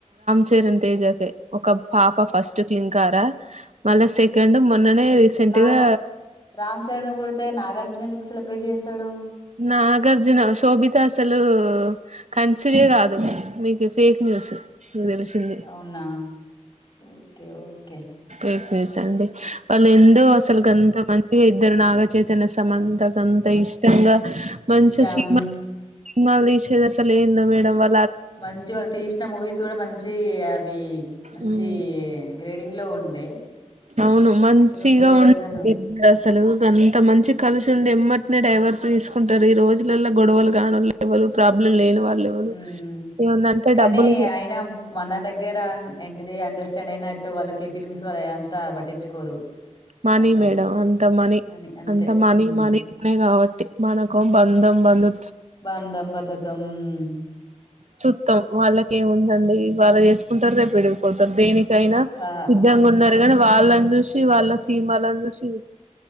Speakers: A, on the right (about 65°); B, on the left (about 35°).
A: చరణ్ తేజ కి ఒక పాప ఫస్ట్ క్లీంకార మళ్ళీ సెకండ్ మొన్ననే రీసెంట్
B: నాగ
A: గా
B: రాంచరణ్ పూడ్ డితే నాగార్జున ఎందుకు సెలబ్రేట్ చేస్తాడు.
A: నాగార్జున శోభిత అసలు కన్సివే కాదు మీకు ఫేక్ న్యూస్. అనితెలిసింది
B: అవునా ఓకే ఓకే
A: ఊహు ఉ చండి. వాళ్ళు ఎందుకు అసలుకి అంత మంచిగా ఇద్దరు నాగ చైతన్య సమంత కి అంత ఇష్టంగా మంచి
B: ఇష్టం
A: సినిమా సినిమాలు తీసిండ్రు అసలు ఏంది మేడం వా
B: మంచి వాళ్ళు తీసిన మూవీస్ కూడా మంచి చీ అవి మంచి
A: హ్మ్
B: గ్రేడింగ్లో ఉండే
A: అవును మంచిగా
B: ఉండే
A: ఉంటడు
B: అసలు
A: అసలు అంత మంచి కలిసి ఉండి ఎమ్మట్నే డైవర్స్ తీసుకుంటారు ఈ రోజులల్లో గొడవలు కానోలు ఎవరు ప్రాబ్లం లేని వాళ్ళు ఎవరు
B: ఊహు
A: ఏమన్నంటే
B: కాని
A: డబ్బులు
B: అయిన మన దగ్గర అన్ ఎంటిది అండర్ స్టెండ్ అయినట్టు వాళ్ళకి ఫిలిమ్స్ వాల్లదంతా పట్టించుకోరు.
A: మనీ
B: యాక్టర్స్
A: మేడం అంత మనీ
B: అని అంతే
A: అంత మనీ
B: ఉమ్
A: మనీనే కాబట్టి మన బందం బందు
B: బందం బంధుత్వం ఉ
A: చుత్తం వాళ్ళకేముందండి వాళ్ళ చేసుకుంటారు రేపు విడిపోతారు దేని కైనా
B: ఆ
A: సిద్దంగా ఉండ ని వాళ్ళని చూసి వాల్ సిమాలనీ చూసి